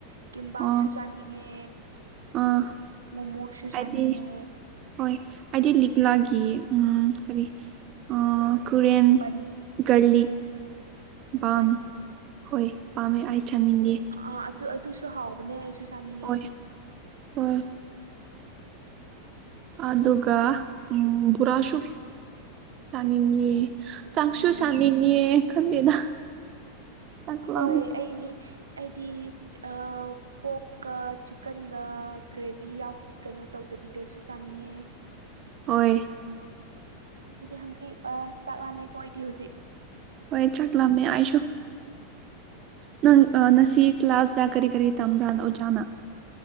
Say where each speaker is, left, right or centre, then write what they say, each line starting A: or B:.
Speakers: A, on the right; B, on the right.
A: ꯀꯤꯝꯕꯥꯞꯁꯨ
B: ꯑꯣ
A: ꯆꯥꯅꯤꯡꯉꯦ
B: ꯑꯥ
A: ꯃꯣꯃꯣꯁꯨ
B: ꯑꯩꯗꯤ
A: ꯆꯥꯅꯤꯡꯉꯦ꯫
B: ꯍꯣꯏ ꯑꯩꯗꯤ ꯂꯤꯛꯂꯥꯒꯤ ꯎꯝ ꯀꯔꯤ ꯑꯥ ꯀꯨꯔꯦꯟ꯫
A: ꯕꯟ
B: ꯒꯔꯂꯤꯛ ꯕꯥꯝ
A: ꯕꯟ
B: ꯍꯣꯏ ꯄꯥꯝꯃꯦ ꯑꯩ ꯆꯅꯤꯡꯉꯦ
A: ꯑꯥ ꯑꯗꯨ ꯑꯗꯨꯁꯨ ꯍꯥꯎꯕꯅꯦ ꯑꯩꯁꯨ ꯆꯥꯅꯤꯡꯉꯦ
B: ꯍꯣꯏ ꯍꯣꯏ꯫ ꯑꯗꯨꯒ ꯎꯝ ꯕꯨꯔꯥꯁꯨ ꯆꯥꯅꯤꯡꯉꯤ꯫ ꯆꯥꯛꯁꯨ
A: ꯎꯝ
B: ꯆꯅꯤꯡꯉꯤ ꯑꯩ ꯈꯪꯗꯦꯗ꯫ ꯆꯥꯛ
A: ꯑꯍꯣꯏ
B: ꯂꯥꯝꯃꯦ
A: ꯑꯩꯗꯤ ꯑꯩꯗꯤ꯫ ꯑꯥ ꯄꯣꯛꯀ ꯆꯤꯛꯀꯟꯒ ꯒ꯭ꯔꯦꯚꯤ ꯌꯥꯎ ꯀꯩꯅꯣ ꯇꯧꯗꯕꯤꯗꯁꯨ ꯆꯥꯅꯤꯡꯉꯦ꯫
B: ꯍꯣꯏ꯫
A: ꯑꯩꯗꯤ ꯍꯪꯒꯔꯤ ꯑ ꯆꯥꯛꯂꯝꯃꯦꯀꯣ ꯑꯩꯗꯤ ꯍꯨꯖꯤꯛ꯫
B: ꯍꯣꯏ ꯆꯥꯛꯂꯝꯃꯦ ꯑꯥꯢꯁꯨ꯫ ꯅꯪ ꯉꯁꯤ ꯀ꯭ꯂꯥꯁꯗ ꯀꯔꯤ ꯀꯔꯤ ꯇꯝꯕ꯭ꯔꯥꯅ ꯑꯣꯖꯥꯅ꯫